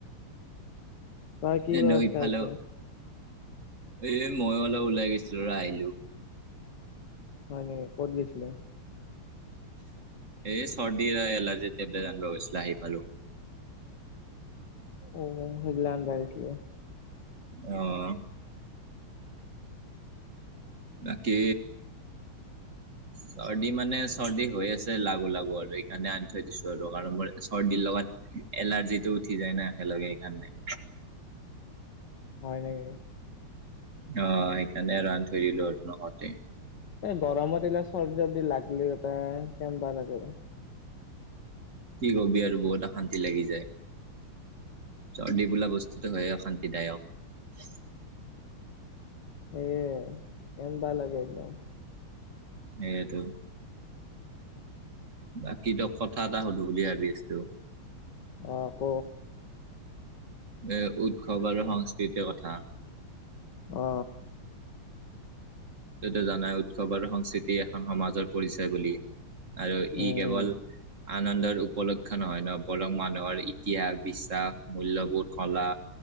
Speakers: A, on the left (about 55°); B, on the right (about 35°).
A: তই কি
B: এনেও
A: কৰচা
B: ইফালেও
A: পিছে
B: এ মইো অলপ ওলাই গৈছিলো ৰ আহিলো।
A: হয় নে ক'ত গিছিলি
B: এ চৰ্দি এলাৰ্জিতিব জানিব গৈছিলে আহি পালো।
A: অ সেইগিলা আনিবাইিছিলে
B: অ বাকী
A: উ
B: চৰ্দি মানে চৰ্দি হৈ আছে লাগু লাগু আৰু এইকাৰণে আনি থৈ দিছো আৰু কাৰণ মোৰ চৰ্দিৰ লগত। এলাৰ্জিটো উঠি যায় ন একেলগে এইকাৰণে
A: হয় নেকি
B: অ সেইকাৰণে ৰান থৈ দিলো নহতে
A: এ গৰমত এইিলা চৰ্ যদি লাগলি এ কেনবা লাগে
B: কি কবি আৰু বহুত অশান্তি লাগি যায় চৰ্দি বোলা বস্তুতটো হয় অশান্তিদায়ক
A: সেয় কেমনবা লাগে একদম
B: সেইয়টো বাকী ত কথা এটা সুধো বুলি ভাবি আছো
A: অ ক
B: এ উৎসৱ আৰু সংস্কৃতিৰ কথা
A: অ
B: তেয়া জানাই উৎসৱ আৰু সংস্কৃতি এখন সমাজৰ পৰিচয় বুলি। আৰু
A: উম
B: ই কেৱল আনন্দৰ উপলক্ষ্ নহয় ন বৰং মানুহৰ ইতিহাস বিশ্বাস মূলল্বোৰ কলা